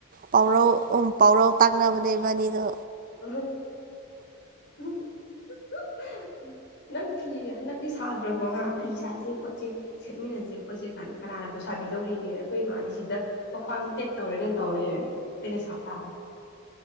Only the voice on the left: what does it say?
ꯑ <inaudible> ꯅꯪ ꯐꯤ ꯍꯥꯟꯗꯛꯇꯤ ꯁꯥꯗ꯭ꯔꯕꯣ ꯍꯥ ꯐꯤ ꯁꯥꯁꯦ ꯈꯣꯠꯁꯦ ꯁꯦꯠꯃꯤꯟꯅꯁꯦ ꯈꯣꯠꯁꯦ ꯀꯥꯏꯅ ꯀꯅꯥꯅꯕꯨ ꯁꯥꯕꯤꯗꯧꯔꯤꯒꯦ ꯑꯩꯈꯣꯏ ꯃꯗꯤ ꯁꯤꯗ ꯋꯥꯈ꯭ꯋꯥꯡ ꯇꯦꯛ ꯇꯧꯔꯦꯅ ꯇꯧꯔ ꯂꯩꯔꯦꯑꯩꯅ ꯁꯥ ꯇꯥꯕꯅꯦ